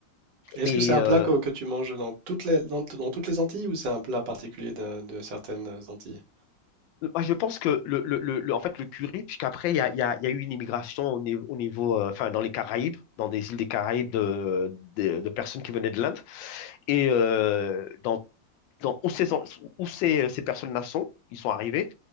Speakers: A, on the right; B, on the left.
A: Est-ce
B: Et
A: que c'est un plat
B: euh,
A: que, que tu manges dans toutes les, dans, dans toutes les Antilles ou c'est un plat particulier de, de certaines Antilles?
B: Moi, je pense que le, le, le, le- en fait, le curry, puisqu'après, il y a, il y a, il y a eu une immigration au niveau, au niveau, euh, enfin, dans les Caraïbes, dans des îles des Caraïbes de, de, de personnes qui venaient de l'Inde. Et euh, dans, dans où ces, où ces, ces personnes-là sont, ils sont arrivés,